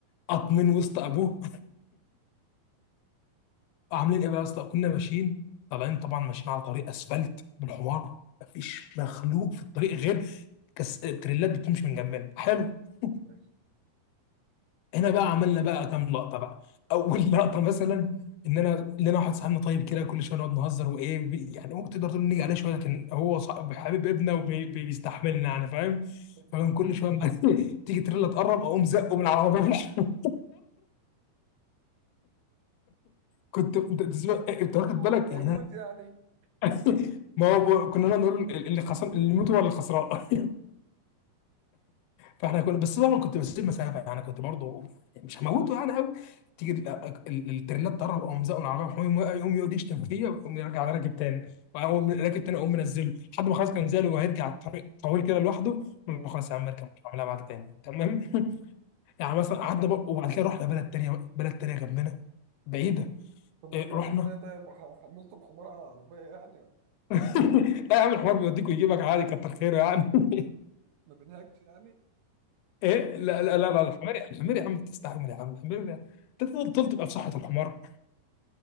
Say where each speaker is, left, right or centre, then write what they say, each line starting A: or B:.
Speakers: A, on the left (about 80°); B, on the right (about 80°).
A: قاطمين وسط ابوه <laughs> عاملين ايه بقى يا اسطى كنا ماشيين طالعين طبعا ماشيين على طريق اسفلت بالحمار مفيش مخلوق في الطريق غير كس... تريلات بتمشي من جنبنا حلو <laughs>
B: ماشي
A: هنا بقى عملنا بقى كام لقطه بقى اول <laughs> لقطه مثلا ان انا لنا واحد صاحبنا طيب كده كل شويه نقعد نهزر وايه وبي- يعني ممكن تقدر تقول نيجي عليه شويه لكن هو صاحب حبيب ابنه وبيستحملنا يعني فاهم
B: ماشي
A: فمن كل شويه ما <laughs> تيجي تريلا تقرب اقوم زقه من العربيه في الحوار كنت انت تسمع- إيه، أنت واخد
B: ولما
A: بالك يعني
B: يموت
A: انا
B: يعني
A: <laughs> ما هو كنا نقعد نقول اللي خسران اللي يموت هو اللي خسران فاحنا كنا بس طبعا كنت بسيب مسافه يعني كنت برضه مش هموته يعني قوي تيجي ال- ال- التريلات تقرب او مزقه العربيه يقوم واقع، يقوم يقعد يشتم فيا ويقوم يرجع راكب تاني واقوم راكب تاني اقوم منزله لحد ما خلاص كان منزله وهيرجع الطريق طويل كده لوحده أقول
B: ماشي
A: له خلاص يا عم اركب مش هعملها معاك تاني تمام <laughs> يعني مثلا قعدنا بقى وبعد كده رحنا بلد تانيه بلد تانيه جنبنا بعيده
B: طب
A: إيه
B: ورجعتوا
A: رحنا
B: ازاي طيب وح- حملتوا الحمار على العربية يعني ولا إيه؟
A: <laughs> لا يا عم الحوار بيوديك ويجيبك عادي كتر خيره يعني <laughs>
B: ما بينهكش يعني
A: ايه لا
B: ما بينهكش
A: لا لا لا الحمار الحمار يا عم تستحمل يا عم الحمار ده- انت تفضل تبقى في صحه الحمار